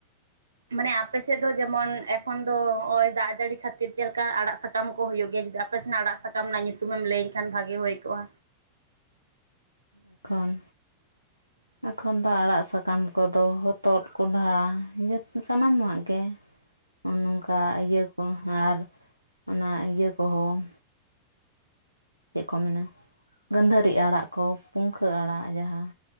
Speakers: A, on the right; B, on the left.
A: ᱢᱟᱱᱮ ᱟᱯᱮᱥᱮᱫ ᱫᱚ ᱡᱮᱢᱚᱱ ᱮᱠᱷᱚᱱ ᱫᱚ ᱱᱚᱜᱼᱚᱭ ᱫᱟᱜ ᱡᱟᱹᱲᱤ ᱠᱷᱟᱹᱛᱤᱨ ᱪᱮᱫ ᱞᱮᱠᱟ ᱟᱲᱟᱜ ᱥᱟᱠᱟᱢ ᱥᱟᱠᱟᱢ ᱠᱚ ᱦᱩᱭᱩᱜ ᱜᱮᱭᱟ ᱡᱩᱫᱤ ᱟᱯᱮ ᱥᱮᱱᱟᱜ ᱟᱲᱟᱜ ᱥᱟᱠᱟᱢ ᱨᱮᱱᱟᱜ ᱧᱩᱛᱩᱢᱮᱢ ᱞᱟᱹᱭ ᱠᱷᱟᱱ ᱵᱷᱟᱹᱜᱤ ᱦᱩᱭ ᱠᱚᱜᱼᱟ
B: ᱮᱠᱷᱚᱱ
A: <inaudible>
B: ᱮᱠᱷᱚᱱ ᱫᱚ ᱟᱲᱟᱜ ᱥᱟᱠᱟᱢ ᱠᱚᱫᱚ ᱦᱚᱛᱚᱫ ᱠᱚᱸᱰᱷᱟ <unintelligible> ᱥᱟᱱᱟᱢᱟᱜ ᱜᱮ
A: <inaudible>
B: ᱱᱚᱝᱠᱟ ᱤᱭᱟᱹ ᱠᱚ ᱟᱨ ᱚᱱᱟ ᱤᱭᱟᱹ ᱠᱚᱦᱚᱸ ᱪᱮᱫ ᱠᱚ ᱢᱮᱱᱟ ᱜᱟᱺᱫᱷᱟᱹᱨᱤ ᱟᱲᱟᱜ ᱠᱚ ᱯᱩᱝᱠᱷᱟᱹ ᱟᱲᱟᱜ ᱡᱟᱦᱟᱸ